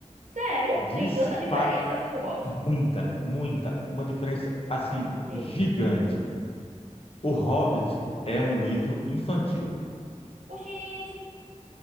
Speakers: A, on the right; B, on the left.
A: Sério?
B: Dispa
A: Tem tanta diferença assim no Hobbit?
B: muita, muita, uma diferença assim
A: Ai, meu Deus.
B: gigante. O Hobbit é um livro infantil.
A: Oxente.